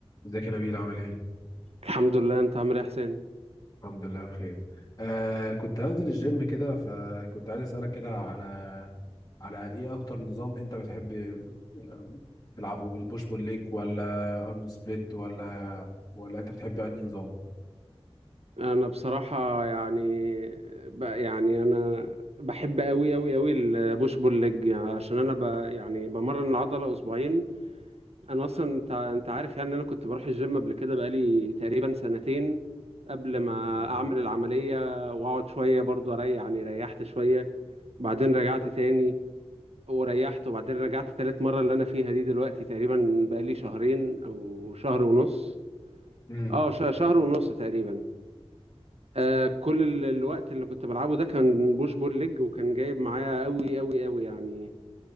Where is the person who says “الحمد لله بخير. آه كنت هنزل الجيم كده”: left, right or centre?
Left